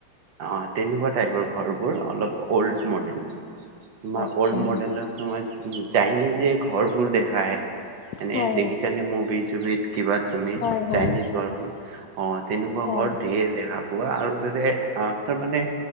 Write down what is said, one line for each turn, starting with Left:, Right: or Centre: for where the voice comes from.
Right: অ', তেনেকুৱা টাইপৰ ঘৰবোৰ, অলপ অল্ড ম'ডেল। তোমাৰ
Left: আচ্ছা
Right: অল্ড ম'ডেলৰ তোমাৰ, চাইনিজ যে ঘৰ বোৰ দেখ খাই, এনে
Left: হয়
Right: দেখিছানে
Left: হয়
Right: মুভি চুভিত? কিবা তুমি
Left: হয়
Right: চাইনিজ
Left: হয়
Right: ঘৰবোৰ, অ', তেনেকুৱা
Left: হয়
Right: ঘৰ ঢেৰ দেখা পোৱা আৰু তাতে সাহঁতৰ মানে